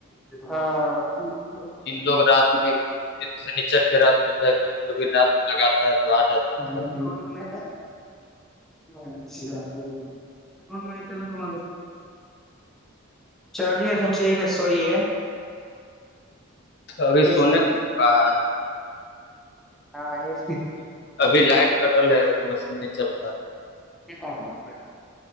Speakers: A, in the centre; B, on the left.
A: ہاں
B: لوگ رات میں سنیچر کے رات میں کبھی کبھی رات میں لگاتا ہے تو آ جاتا
A: <unintelligible>
B: ہے
A: کون ماہتی ہے نا تم چلیےا ٹھیک ہے سوی ہے
B: ابھی
A: کیسے
B: سونےا ہے
A: ہاں
B: ابھی لائٹ کٹل ہے ابھی مشین نہیں چل رہا ہے
A: ج